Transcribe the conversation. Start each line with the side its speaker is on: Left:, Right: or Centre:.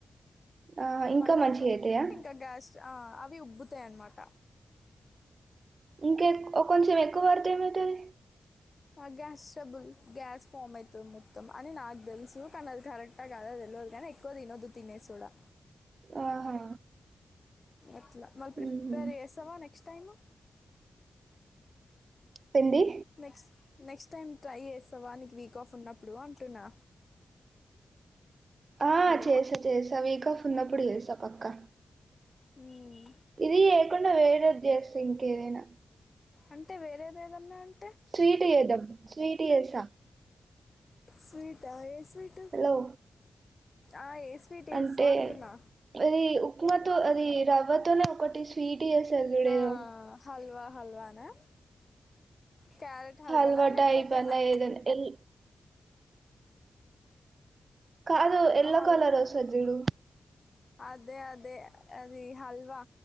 Right: ఆ ఇంకా
Left: మళ్ళా
Right: మంచిగా
Left: ఎక్కు
Right: అయితాయా
Left: ఇంకా గ్యాస్ట్ ఆ అప్ అవి ఉబ్బుతాయన్నమాట
Right: ఇంకె కొంచెం ఎక్కువ పడతే ఏమయితది
Left: ఆ గ్యాస్ స్టబుల్ గ్యాస్ ఫామ్ అయితది మొత్తం అని నాకు తెలుసు కానీ అది కరెక్టా కదా తె ల్వద్ ల్ కానీ ఎక్కువ తినొద్దు తినే సోడా
Right: ఆహా
Left: ఎట్లా మళ్ళ ప్రిపేర్
Right: ఉహు
Left: చేసావా నెక్స్ట్ టైము
Right: పిండి
Left: నెక్స్ నెక్స్ట్ టైమ్ ట్రై చేస్తావా నీకు వీక్ ఆఫ్ ఉన్నప్పుడు అంటున్నా
Right: ఆ
Left: హలో
Right: చేస్త చేస్త వీకా ఆఫ్ ఉన్నప్పుడు చేస్త పక్కా
Left: హుమ్మ్
Right: ఇది చేయకుండా వేరెద్ చేస్త ఇంకేదైనా
Left: అంటే వేరేదేదన్నా అన్
Right: స్వీట్ చేదం స్వీట్ చెస
Left: స్వీట్ ఆ ఏ స్వీట్
Right: హలో
Left: ఆ ఏ స్వీట్ చేస్తావు
Right: అంటే
Left: అంటున్నా
Right: అది ఉప్మాతో అది రవ్వతోనే ఒకటి స్వీట్ చేస్తారు చూడు
Left: ఆ
Right: ఏదో
Left: హల్వా హల్వానా క్యారెట్ హల్వాల
Right: హల్వా
Left: లేకపోతేనా
Right: టైప్ అన్న ఏదైనా ఎల్ కాదు ఎల్లో
Left: హల్
Right: కలర్ ఒస్తది జుడు
Left: అదే అదే అది హల్వా